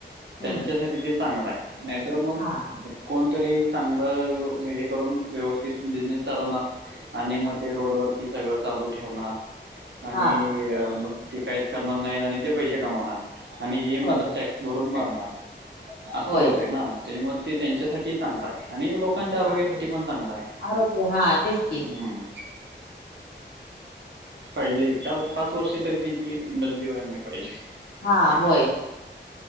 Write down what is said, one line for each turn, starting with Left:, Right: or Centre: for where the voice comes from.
Right: त्यांच्यासाठी
Left: हम्म
Right: ते चांगलं आहे नाहीतर मग
Left: हा
Right: कोणतरी एक चांगलं हे करून व्यवस्थित बिझनेस चालवणार आणि मध्ये रोड वरती सगळं चालू ठेवणार. आणि
Left: हा
Right: मग ते काहीच करणार नाहीत, आणि ते पैसे कमावणार. आणि हे मात्र
Left: होय
Right: टॅक्स भरून मरणार. असं
Left: होय
Right: होतय ना. त्याच्यामुळे मग ते त्यांच्यासाठी चांगला आहे. आणि लोक लोकांच्या आरोग्यासाठी
Left: हा
Right: पण चांगला आहे.
Left: आरोग्य हा
Right: <inaudible>
Left: तेच की
Right: हम् पाहिजे. चार, पाच वर्ष तरी त्यांची बदली व्हायला नाही पाहिजे.
Left: हा
Right: <unintelligible>
Left: होय